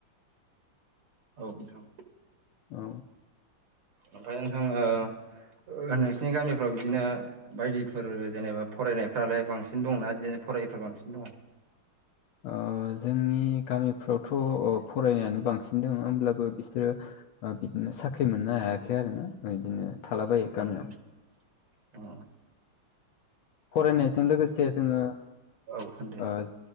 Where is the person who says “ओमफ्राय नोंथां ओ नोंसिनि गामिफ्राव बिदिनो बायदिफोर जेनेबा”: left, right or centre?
Right